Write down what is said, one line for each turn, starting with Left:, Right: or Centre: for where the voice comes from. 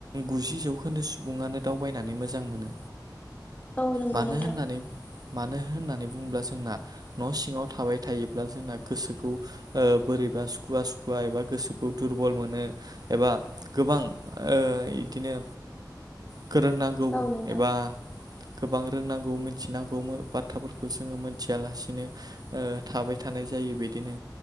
Right: गुजि जौखोन्दो सुबुङानो दावबायनानै मोजां मोनो।
Left: औ नंगौ
Right: मानो
Left: नोंथां।
Right: होननानै मानो होननानै बुङोब्ला जोंना न' सिङाव थाबाय थायोब्ला जोंना गोसोखौ ओ बोरैबा सुखुवा सुखुवा एबा गोसोखौ दुरबल मोनो एबा गोबां ओ इदिनो <unintelligible> रोंनांगौ
Left: औ नोंथां
Right: एबा गोबां रोंनांगौ मिथिनांगौ बाथ्राफोरखौ जोङो मोनथियालासिनो ओ थाबाय थानाय जायो बिदिनो